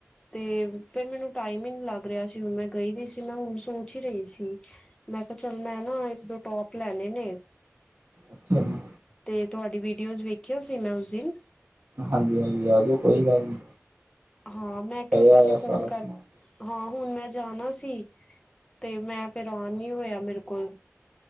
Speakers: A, on the left; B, on the right.
A: ਤੇ ਫਿਰ ਮੈਨੂੰ ਟਾਈਮ ਹੀ ਨੀ ਲੱਗ ਰਿਹਾ ਸੀ ਹੁਣ ਮੈਂ ਗਈ ਦੀ ਸੀ ਨਾ ਮੈਂ ਹੁਣ ਸੋਚ ਹੀ ਰਹੀ ਸੀ। ਮੈਂ ਕਿਹਾ ਚੱਲ ਮੈਂ ਨਾ ਇੱਕ-ਦੋ ਟੋਪ ਲੈਣੇ ਨੇ।
B: ਅੱਛਾ ਜੀ।
A: ਤੇ ਤੁਹਾਡੀ ਵੀਡੀਓਜ਼ ਵੇਖਿਆ ਸੀ ਮੈਂ ਉਸ ਦਿਨ।
B: ਹਾਂਜੀ-ਹਾਂਜੀ ਆ ਜਾਓ ਕੋਈ ਗੱਲ ਨਹੀਂ।
A: ਹਾਂ ਮੈਂ ਕਿ
B: ਪਿਆ
A: ਪਹਿਲੇ
B: ਹੋਇਆ ਸਾਰਾ
A: ਫੋਨ ਕਰ
B: ਸਮਾਨ
A: ਹਾਂ ਹੁਣ ਮੈਂ ਜਾਣਾ ਸੀ ਤੇ ਮੈਂ ਫੇਰ ਆਉਣ ਨੀ ਹੋਇਆ ਮੇਰੇ ਕੋਲ।